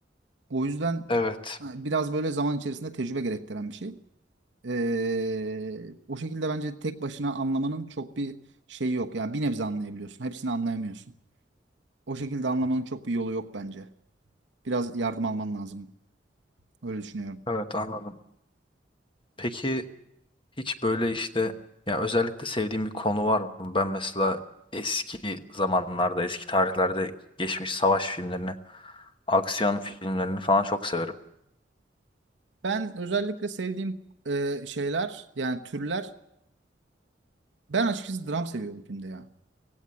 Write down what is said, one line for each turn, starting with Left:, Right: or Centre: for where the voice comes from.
Right: O yüzden
Left: Evet.
Right: Ha, Biraz böyle zaman içerisinde tecrübe gerektiren bir şey. Ee, o şekilde bence tek başına anlamanın çok bir şeyi yok. Yani bir nebze anlayabiliyorsun. Hepsini anlayamıyorsun. O şekilde anlamanın çok bir yolu yok bence. Biraz yardım alman lazım. Öyle düşünüyorum.
Left: Evet anladım. Peki hiç böyle işte ya özellikle sevdiğim bir konu var mı? Ben mesela eski zamanlarda, eski tarihlerde geçmiş savaş filmlerini, aksiyon filmlerini falan çok severim.
Right: Ben özellikle sevdiğim e, şeyler yani türler. Ben açıkçası dram seviyorum filmde ya.